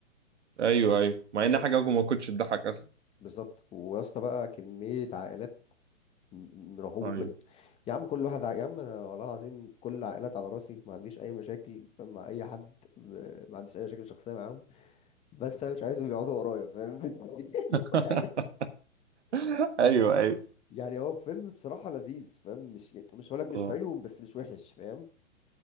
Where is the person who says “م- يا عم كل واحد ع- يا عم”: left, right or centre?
Left